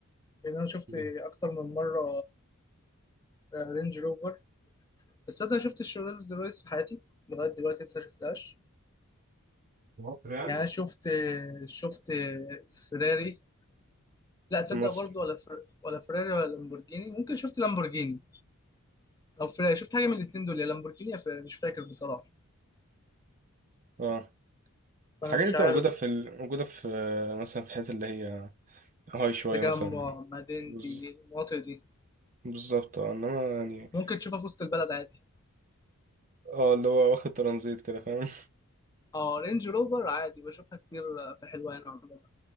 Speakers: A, on the left; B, on the right.
A: لان انا شفت
B: في
A: اكتر من مره رينج روفر بس انا شفت الرولز رويس في حياتي لغايه دلوقتي لسه شفتهاش
B: مصر يعني
A: يعني انا شفت شفت فيراري لا تصدق
B: في مصر
A: برضو ولا فر... ولا فيراري ولا لامبورجيني ممكن شفت لامبورجيني او فيراري شفت حاجه من الاثنين دول يا لامبورجيني يا فيراري مش فاكر بصراحه
B: أه
A: فانا
B: الحاجات
A: مش
B: دي بتبقى
A: عارف
B: موجودة في ال... موجودة في مثلا في الحتت اللي هي هاي شوية
A: تجمع
B: مثلا
A: مدينتي
B: بز...
A: المناطق دي
B: بالظبط أه إنما يعني
A: ممكن تشوفها في وسط البلد عادي
B: اه اللي هو واخد ترانزيت كده فاهم
A: اه رينج روفر عادي بشوفها كتير في حلوان عموما